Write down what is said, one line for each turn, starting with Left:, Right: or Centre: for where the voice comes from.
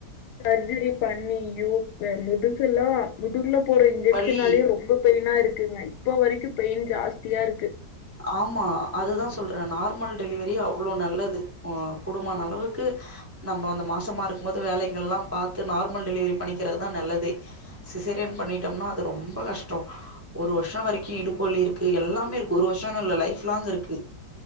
Left: சர்ஜரி பண்ணி ஐயோ அ முதுகெல்லா முதுகுல போற இன்ஜெக்ஷனாலயே
Right: வலி
Left: ரொம்ப பெயினா இருக்குங்க இப்ப வரைக்கும் பெயின் ஜாஸ்தியா இருக்கு
Right: ஆமா அதுதா சொல்ற நார்மல் டெலிவரி அவ்ளோ நல்லது ஆ கூடுமான
Left: ம்,
Right: அளவுக்கு நம்ம அந்த மாசமா இருக்கும் போது வேலைகள்லாம் பாத்து நார்மல் டெலிவரி பண்ணிக்கிறது தா நல்லதே சிசெரியன் பண்ணிட்டோம்னா அது ரொம்ப கஷ்ட்டோ ஒரு வருஷோ வரைக்கும் இடுப்பலி
Left: ம்,
Right: இருக்கு எல்லாமே இருக்கு ஒரு வருஷோ இல்லன்னு இல்ல லைஃப் லாங் இருக்கு